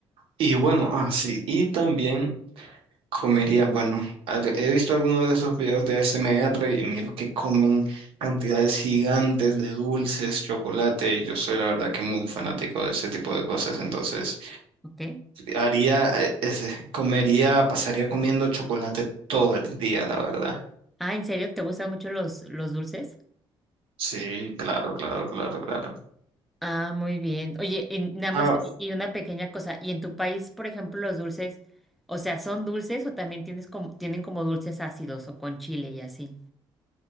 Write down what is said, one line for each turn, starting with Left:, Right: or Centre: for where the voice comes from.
Right: Y bueno, ah, sí, y también comería, bueno, al- he visto algunos de esos videos de ASMR y miro que comen cantidades gigantes de dulces, chocolate, y yo soy la verdad que muy fanático de ese tipo de cosas, entonces
Centre: Ok.
Right: haría, eh, ese- comería, pasaría comiendo chocolate todo el día, la verdad.
Centre: Ah, ¿en serio? ¿Te gustan mucho los, los dulces?
Right: Sí, claro, claro, claro, claro.
Centre: Ah, muy bien. Oye, y nada más,
Right: Ah,
Centre: y, y una pequeña cosa. ¿Y en tu país, por ejemplo, los dulces, o sea, son dulces o también tienes como, tienen como dulces ácidos o con chile y así?